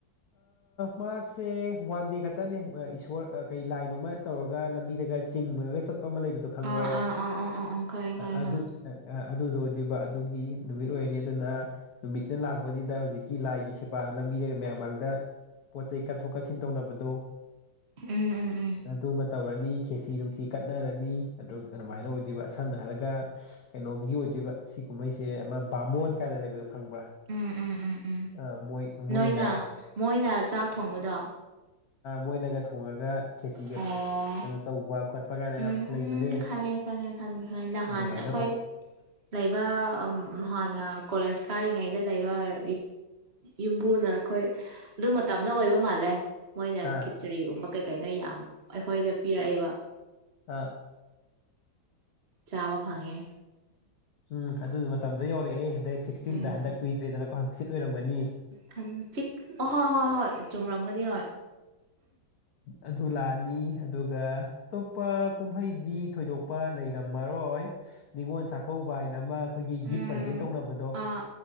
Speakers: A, on the left; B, on the right.
A: ꯃꯍꯥꯛꯁꯦ ꯋꯥꯟꯗꯦ ꯈꯛꯇꯅꯦ ꯏꯁꯣꯔ ꯀꯩ ꯂꯥꯏꯅꫭꯃ ꯇꯧꯔꯒ ꯂꯝꯕꯤꯗꯒ ꯆꯤꯡꯉꯒ ꯆꯠꯄ ꯑꯃ ꯂꯩꯕꯗꯣ ꯈꯪꯕ꯭ꯔꯣ
B: ꯑꯥ ꯑꯥ ꯑꯥ ꯑꯥ ꯑꯥ ꯑꯥ ꯈꯪꯉꯦ ꯈꯪꯉꯦ ꯈꯪꯉꯦ
A: ꯑꯗꯨ ꯑꯗꯨꯗꯣ ꯑꯣꯏꯗꯤꯕ ꯑꯗꯨꯒꯤ ꯅꯨꯃꯤꯠ ꯑꯣꯏꯔꯅꯤ ꯑꯗꯨꯅ ꯅꯨꯃꯤꯠꯇꯅ ꯂꯥꯛꯄꯁꯤꯗ ꯍꯧꯖꯤꯛꯀꯤ ꯂꯥꯏꯒꯤ ꯁꯦꯕꯥꯗꯨ ꯂꯝꯕꯤꯔꯒ ꯃꯌꯥꯝ ꯃꯥꯡ ꯗ ꯄꯣꯠ ꯆꯩꯩ ꯀꯠꯊꯣꯛ ꯀꯠꯁꯤꯟ ꯇꯧꯅꯕꯗꯣ
B: ꯎꯝ ꯎꯝ ꯎꯝ
A: ꯑꯗꯨꯃ ꯇꯧꯔꯅꯤ ꯈꯦꯁꯤ ꯅꯨꯡꯁꯤ ꯀꯠꯅꯔꯅꯤ ꯑꯗꯨ ꯑꯗꯨꯃꯥꯏꯅ ꯑꯣꯏꯗꯣꯏꯔꯤꯕ ꯁꯝꯅ ꯍꯥꯏꯔꯒ ꯀꯩꯅꯣꯒꯤ ꯑꯣꯏꯗꯣꯏꯕ ꯁꯤ ꯀꯨꯝꯍꯩꯁꯦ ꯑꯃ ꯕꯥꯃꯣꯟ ꯀꯥꯏꯅ ꯂꯩꯕꯤꯌꯣ ꯐꯪꯕ꯭ꯔꯥ
B: ꯎꯝ ꯎꯝ ꯎꯝ ꯎꯝ
A: ꯑ ꯃꯣꯏ ꯃꯣꯏꯅ
B: ꯅꯣꯏꯅ ꯃꯣꯏꯅ ꯆꯥꯛ ꯊꯣꯡꯕꯗꯣ
A: ꯃꯣꯏꯅꯒ ꯊꯣꯡꯉꯒ ꯈꯦꯁꯤꯒ
B: ꯑꯣ
A: ꯀꯩꯅꯣ ꯇꯧꯕ ꯈꯣꯠꯄ ꯀꯥꯏꯅ
B: ꯎꯝ
A: ꯌꯥꯝ ꯂꯩꯕꯅꯦ
B: ꯈꯪꯉꯦ ꯈꯪꯉꯦ ꯈꯪꯉꯦ ꯈꯪꯉꯦ ꯅꯍꯥꯟ
A: ꯑꯗꯨꯃꯥꯏꯅ
B: ꯑꯩꯈꯣꯏ
A: <inaudible>
B: ꯂꯩꯕ ꯍꯥꯟꯅ ꯀꯣꯂꯦꯖ ꯀꯥꯔꯤꯉꯩꯗ ꯂꯩꯕ ꯌ ꯌꯨꯝꯕꯨꯅ ꯑꯩꯈꯣꯏ ꯑꯗꯨ ꯃꯇꯝꯗ ꯑꯣꯏꯕ ꯃꯥꯜꯂꯦ ꯃꯣꯏꯅ
A: ꯑꯥ
B: ꯀꯤꯆꯔꯤꯒꯨꯝꯕ ꯀꯩꯀꯩꯅ ꯌꯥꯝ ꯑꯩꯈꯣꯏꯗ ꯄꯤꯔꯛꯏꯦꯕ
A: ꯑꯥ
B: ꯆꯥꯕ ꯐꯪꯉꯦ
A: ꯎꯝ ꯑꯗꯨ ꯃꯇꯝꯗ ꯌꯧꯔꯛꯑꯦ ꯍꯟꯗꯛ ꯁꯤꯛꯁꯇꯤꯟꯗ
B: ꯎꯝ
A: ꯍꯟꯗꯛ ꯀꯨꯏꯗ꯭ꯔꯦꯗꯅꯀꯣ ꯍꯪꯆꯤꯠ ꯑꯣꯏꯔꯝꯒꯅꯤ
B: ꯈꯪꯆꯤꯛ ꯍꯣꯏ ꯍꯣꯏ ꯍꯣꯏ ꯆꯨꯝꯔꯝꯒꯅꯤ ꯍꯣꯏ
A: ꯑꯗꯨ ꯂꯥꯛꯑꯅꯤ ꯑꯗꯨꯒ ꯑꯇꯣꯞꯄ ꯀꯨꯝꯍꯩꯗꯤ ꯊꯣꯏꯗꯣꯛꯄ ꯂꯩꯔꯝꯃꯔꯣꯏꯉꯣ <unintelligible> ꯆꯥꯛꯀꯧꯕ ꯍꯥꯏꯅ ꯑꯃ ꯑꯩꯈꯣꯏꯒꯤ ꯒꯤꯐ
B: ꯎꯝ
A: ꯄ꯭ꯔꯖꯦꯟ ꯇꯧꯅꯕꯗꯣ
B: ꯑꯥ